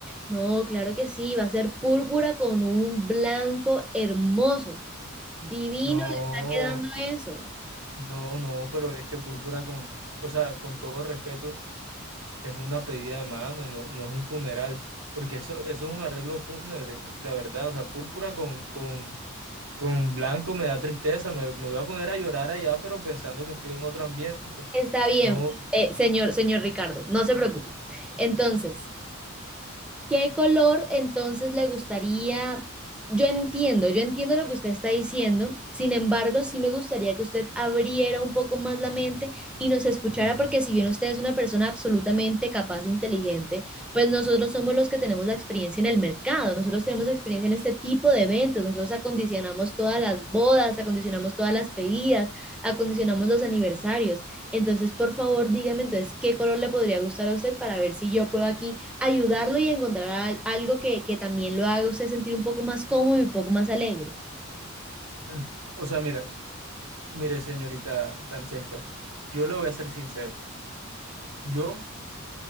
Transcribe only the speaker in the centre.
No, claro que sí, va a ser púrpura con un blanco hermoso. Divino
le está quedando eso.
Está bien,
eh, señor, señor Ricardo, no se preocupe. Entonces, ¿qué color entonces le gustaría? Yo entiendo, yo entiendo lo que usted está diciendo, sin embargo, sí me gustaría que usted abriera un poco más la mente y nos escuchara, porque si bien usted es una persona absolutamente capaz e inteligente, pues nosotros somos los que tenemos la experiencia en el mercado, nosotros tenemos experiencia en este tipo de eventos, nosotros acondicionamos todas las bodas, acondicionamos todas las pedidas, acondicionamos los aniversarios. Entonces, por favor, dígame entonces qué color le podría gustar a usted para ver si yo puedo aquí ayudarlo y encontrar al- algo que, que también lo haga a usted sentir un poco más cómodo y un poco más alegre.